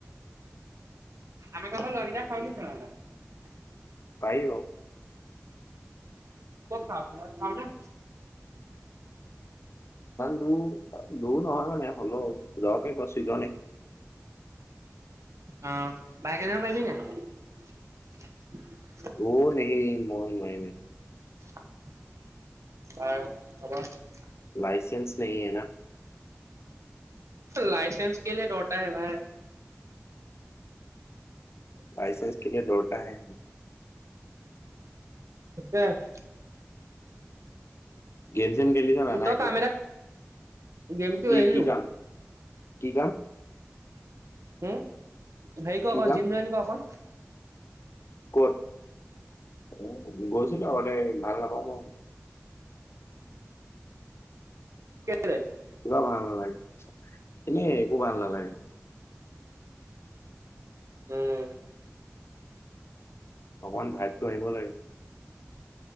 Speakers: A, on the right (about 70°); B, on the left (about 60°).
A: আমি ক্লাছৰ ল'ৰাকেইটাই খাওঁ <unintelligible>
B: পাৰি অ <unintelligible>
A: কত খাৱ <unintelligible> খাৱ নে?
B: <unintelligible> দূৰ নহয় মানে হ'লেও যাব পশ্চিছজনে <unintelligible>
A: অঁ বাইক আনিব পাৰিবি নাই <unintelligible>
B: অ দেহি মই নোৱাৰিম <unintelligible>
A: <unintelligible> বাৰু হ'ব <unintelligible>
B: লাইচেঞ্চ নাহি হে না <unintelligible>
A: লাইচেঞ্চ কেলে <unintelligible> হে ভাই
B: লাইচেঞ্চ কেলে লৌটা হে <unintelligible>
A: এছে <unintelligible>
B: গেম যেন গেল জানা নাইকল
A: তই কাম
B: <unintelligible>
A: এটা গেমটো
B: কি
A: এৰিলো
B: কি কাম <unintelligible> কি কাম? <unintelligible>
A: উম, হেৰি কৰ
B: কি
A: ক'
B: কাম
A: জিম জইন কৰ ক'
B: কত <inaudible> গৈছিলো আগতে ভাল নাপাওঁ মই
A: <unintelligible>
B: কিবা ভাল নালাগে এনেই একো ভাল নালাগে।
A: উম
B: অকনমান ভাগ্য আহিব লাগে।